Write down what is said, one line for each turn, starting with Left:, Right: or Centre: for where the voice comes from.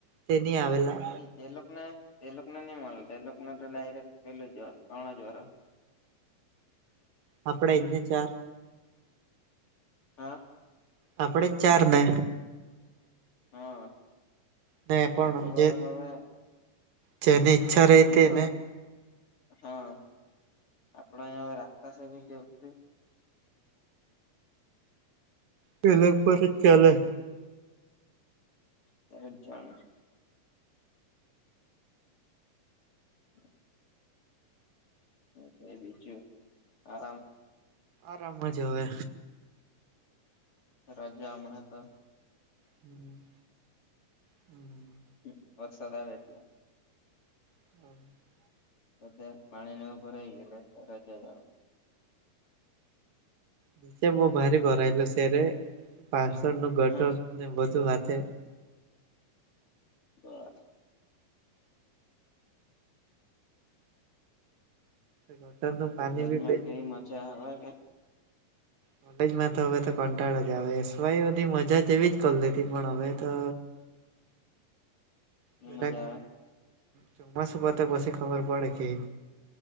Right: તે નહી આવેલા
Left: હમ. એ લોકને એ લોક ને નહી મળે એને તો ડાયરેક્ટ પેલું જ ત્રણ વરહ.
Right: આપણેે એ જ ને ચાર.
Left: હા.
Right: આપણે જ ચારને.
Left: હા
Right: ને
Left: ચોથું
Right: પણ
Left: વરહ
Right: જે
Left: હવે.
Right: જેની ઈચ્છા રઈ
Left: જે
Right: તેને.
Left: કરો હા આપણા રાખતા સર કેવું.
Right: પેલા ઉપર જ ચાલે.
Left: સર જ જાનું. <unintelligible> હ એ બીજું આરામ.
Right: આરામ મા જ હવે.
Left: રાજા હમણાં હતા.
Right: હમ હમ.
Left: હ વરસાદ આવે એટલે.
Right: <inaudible>
Left: બધા પાણી ન ભરાઈ એને તરત જ આવે.
Right: નીચે બહુ ભારે ભરાયેલ છે પાસળ નું ગટર
Left: હા
Right: ને બધું હાથે.
Left: <unintelligible>
Right: ગટર નું પાણી
Left: કોલેજમાં
Right: બી
Left: કેવી મજા આવે કે.
Right: કોલેજમાં તો હવે તો કંટાળો જ આવે એસવાય હુધી મજા એવી જ કર લીધી પણ હવે તો.
Left: ની
Right: <unintelligible> જરાક
Left: મજા આવે
Right: ચોમાસું પતે પછી ખબર પડે કે એક.